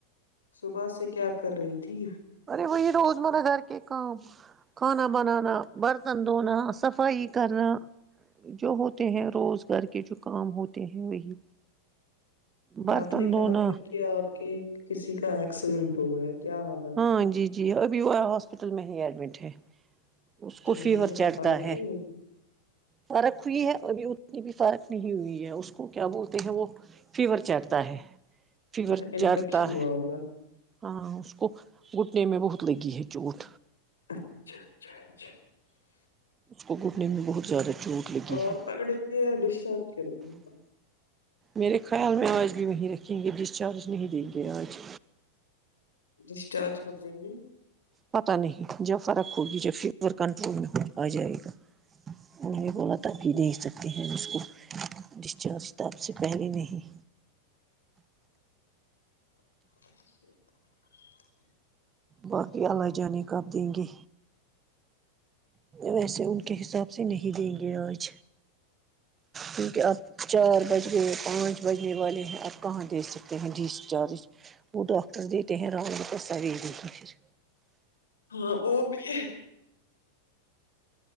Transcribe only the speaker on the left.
صبح سے کیا کر رہی تھی
اچھا
آپ نے
کہا تھا کہ آپ کے کسی کا ایکسیڈینٹ ہو گیا کیا حال
چہل
میں
تفارت
نہیں ہوگی
اچھا انفیکشن
ہوا
ہوگا
اچھا اچھا اچھا
اور
پکڑیں گے یا ڈسچارج کریں گے تو
ڈسچارج کر دیں گے
<unintelligible>
ہاں وہ بھی